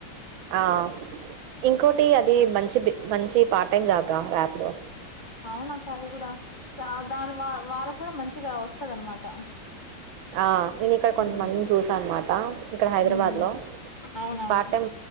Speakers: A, on the right; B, on the left.
A: ఆ ఇంకోటి అది మంచి మంచి పార్ట్ టైమ్ జాబ ర్యాపిడో
B: అవునక అది కూడ దాని వా వాళ్ళకి కూడ మంచిగా వస్తద అనమాట
A: ఆ నేను ఇక్కడ కొంతమందిని
B: మ్మ్
A: చూస అనమాట ఇక్కడ హైదరాబాద్
B: మ్మ్
A: లో
B: అవునవును
A: పాటం